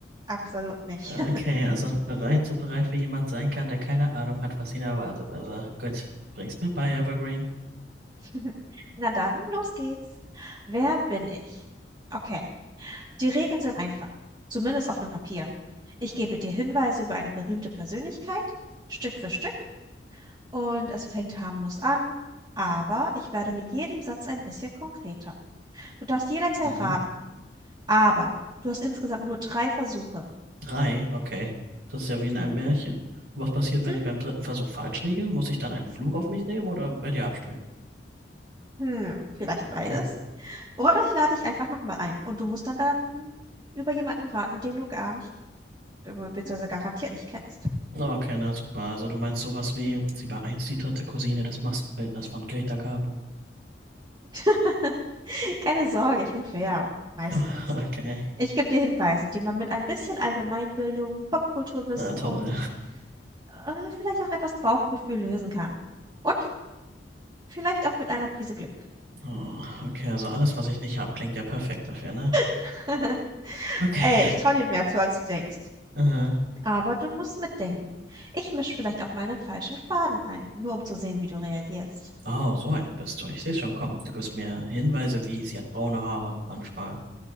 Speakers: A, on the right; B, on the right.
A: absolut nicht.
B: Ah, Okay, also bereit, so bereit wie jemand sein kann, der keine Ahnung hat, was ihn erwartet. Also gut, bring's mir bei, Evergreen.
A: <laughs> Na dann, los geht's. Wer bin ich? Okay, die Regeln sind einfach, zumindest auf dem Papier. Ich gebe dir Hinweise über eine berühmte Persönlichkeit, Stück für Stück, und es fängt harmlos an, aber ich werde mit jedem Satz ein bisschen konkreter. Du darfst jederzeit
B: Mhm.
A: raten, aber du hast insgesamt nur drei Versuche.
B: Drei, okay. Das ist ja wie in
A: Mhm.
B: einem Märchen. Und was passiert, wenn
A: Hm?
B: ich beim dritten Versuch falsch liege? Muss ich dann einen Fluch auf mich nehmen oder bei dir abspielen?
A: Hm, vielleicht beides.
B: Hm.
A: Oder ich lade dich einfach nochmal ein und du musst dann dann über jemanden raten, den du gar nicht be- beziehungsweise garantiert nicht kennst.
B: Ah, Okay, na super. Also du meinst sowas wie,
A: Hm.
B: sie war einst die dritte Cousine des Maskenbildners von Greta Garbo.
A: <laughs> Keine Sorge, ich bin fair. Meistens.
B: <laughs> Okay.
A: Ich gebe dir Hinweise, die man mit ein bisschen Allgemeinbildung, Popkulturwissen
B: Na toll.
A: und äh, vielleicht auch etwas Bauchgefühl lösen kann. Und vielleicht auch mit einer Prise Glück.
B: Oh, okay, also alles, was ich nicht hab, klingt ja perfekt dafür, ne?
A: <laughs>
B: Okay.
A: Ey, ich traue dir mehr zu, als du denkst.
B: Äh,
A: Aber du musst mitdenken. Ich mische vielleicht auch mal einen falschen Faden ein, nur um zu sehen, wie du reagierst.
B: oh, so eine bist du. Ich sehe schon kommen. Du gibst mir Hinweise wie, sie hat braune Haare, Handschmal.